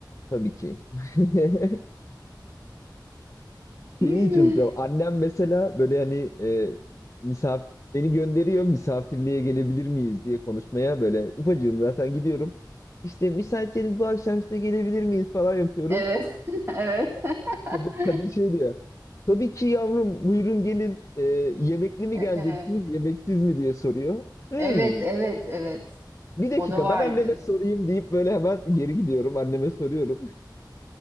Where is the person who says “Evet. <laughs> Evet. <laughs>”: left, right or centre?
Right